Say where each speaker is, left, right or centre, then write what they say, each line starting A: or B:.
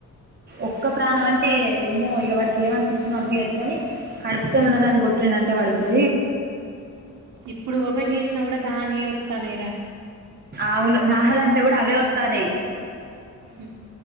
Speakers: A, on the right; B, on the right.
A: ఒక్క ప్రాణం అంటే ఏమో ఇగ వానికి ఏమనిపించిదో అనిపియొచ్చు గాని కడుపుతో ఉన్నదాన్ని కొట్టిండంటె అంటే వాడికి
B: ఇప్పుడు ఓపెన్ చేసినా కూడా దానియే వత్తన్నాయ్ రా
A: అవును నా దాంట్లో కూడా అవే వత్తాన్నాయ్
B: ఉ